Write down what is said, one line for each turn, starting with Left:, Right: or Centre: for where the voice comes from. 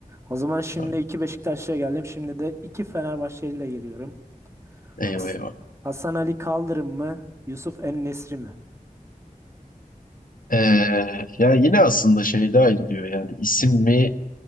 Right: O zaman şimdi
Left: Abi.
Right: iki Beşiktaşlı'ya geldim. Şimdi de iki Fenerbahçeli'yle geliyorum.
Left: Eyvah
Right: Has-
Left: eyvah.
Right: Hasan Ali Kaldırım mı? Yusuf En-Nesri mi?
Left: Ee, ya yine aslında şeyde ayrılıyor yani isim mi